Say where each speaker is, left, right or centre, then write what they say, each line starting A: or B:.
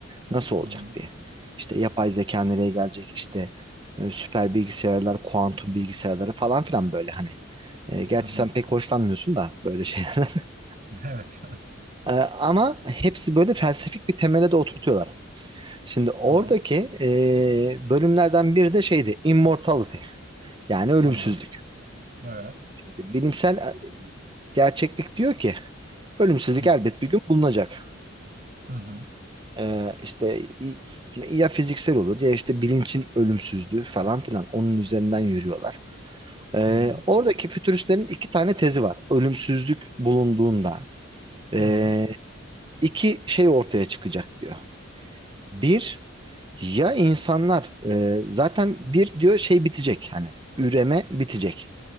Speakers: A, on the right (about 25°); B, on the right (about 45°).
A: Nasıl olacak
B: Hı hı.
A: diye. İşte yapay zeka nereye gelecek işte e, süper bilgisayarlar, kuantum bilgisayarları falan filan böyle hani. E, gerçi
B: Hı hı.
A: sen pek hoşlanmıyorsun da böyle şeylerden. <laughs>
B: <laughs> Evet.
A: E, ama hepsi böyle felsefik bir temele de oturtuyorlar. Şimdi oradaki
B: <laughs> Tamam.
A: e, bölümlerden biri de şeydi, Immortality. Yani ölümsüzlük.
B: Tamam. Evet.
A: Şimdi bilimsel e, gerçeklik diyor ki ölümsüzlük
B: Hı hı.
A: elbet bir gün bulunacak.
B: Hı
A: Ee, işte i- ya fiziksel olur ya işte bilinçin ölümsüzlüğü falan filan onun üzerinden yürüyorlar. Ee,
B: hı.
A: oradaki fütüristlerin iki tane tezi var. Ölümsüzlük bulunduğunda e,
B: Hı hı.
A: iki şey ortaya çıkacak diyor. Bir ya insanlar e, zaten bir diyor şey bitecek hani üreme bitecek